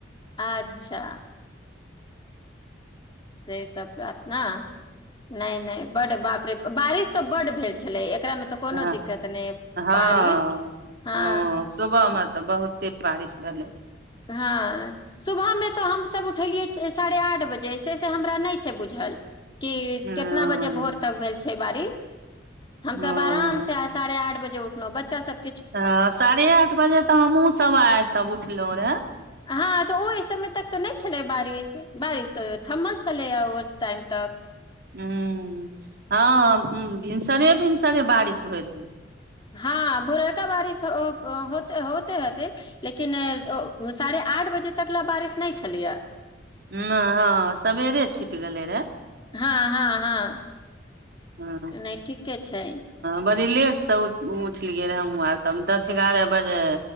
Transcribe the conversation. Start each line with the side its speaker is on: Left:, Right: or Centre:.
Left: अच्छा से सब बात ने नहि नहि बड बाप रे बारिश तऽ बड भेल छलै एकरामे तऽ कोनो
Right: ह
Left: दिक्कत नहि
Right: हँ
Left: बारिश हँ
Right: ह सुबह म तऽ बहुते बारिश भेलै
Left: हँ सुबहमे तऽ हमसभ उठेलियै साढ़े आठ बजेस से हमरा नहि छै बुझल के
Right: ओ
Left: केतना बजे भोर तक भेल छै छे बारीस हम सब
Right: ओ
Left: आराम से साढ़े आठ बजे उठलहु बच्चा सब
Right: त साढ़े आठ बजे तऽ हमहुँ सब आय सब ठ लौ रेहे
Left: हँ तऽ ओहि समय तक तऽ नहि छलै बारिश बारिश तऽ थम्ल छलै ओ टाइम तक
Right: ह हँ भिनसरे भिनसरे बारिश होइ रहै
Left: हँ भररका बारिशे होते हेते लेकिन साढ़े आठ बजे तक लए बारिश नहि छलैए
Right: ह हँ सवेरे चुट क लरा
Left: हँ हँ हँ
Right: ह
Left: नहि ठ ठीक छै
Right: बड़ी लेट से उठलियै रहे हमहुँ आर तब दस एगारह बजे